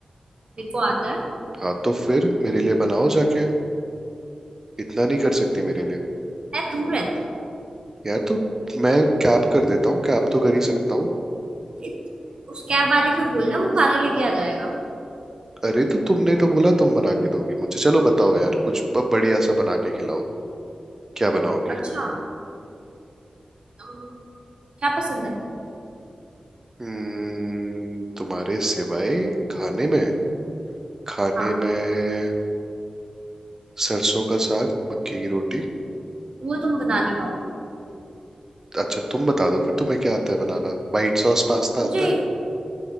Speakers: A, on the right (about 50°); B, on the right (about 25°).
A: मेरे को आता है
B: हाँ तो फिर मेरे लिए बनाओ जाके इतना नहीं कर सकती मेरे लिए
A: मैं दूर रहती हूँ
B: यार तो मैं कैप कर देता हूँ कैप तो कर ही सकता हूँ
A: इत- उस कैब वाले को ही बोलना वो खाना लेके आ जाएगा
B: अरे तो तुमने तो बोला तुम बना के दोगी मुझे चलो बताओ यार कुछ ब- बढ़िया सा बना के खिलाओ क्या बनाओगी
A: अच्छा अम, क्या पसंद है
B: हम्म, तुम्हारे सिवाय खाने में खाने
A: हाँ
B: में सरसों का साग मक्की की रोटी
A: वो तुम बना नहीं पाओगे
B: अच्छा तुम बता दो फिर तुम्हें क्या आता है बनाना वाइट सॉस पास्ता आता
A: मुझे
B: है